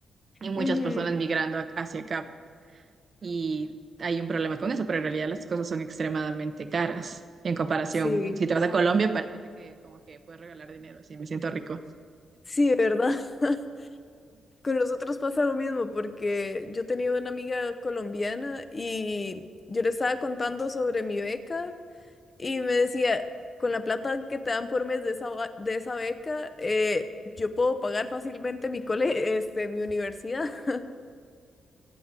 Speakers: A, on the right; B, on the left.
A: y muchas
B: Ujú,
A: personas migrando a- hacia acá. Y hay un problema con eso, pero en realidad las cosas son extremadamente caras en comparación.
B: Sí,
A: Si te vas a Colombia, parece que como que puedes regalar dinero, sí, me siento rico.
B: sí, ¿verdad? <laughs> Con los otros pasa lo mismo, porque yo tenía una amiga colombiana y yo le estaba contando sobre mi beca Y me decía, con la plata que te dan por mes de esa, ba- de esa beca, eh, yo puedo pagar fácilmente mi cole, este, mi universidad. <laughs>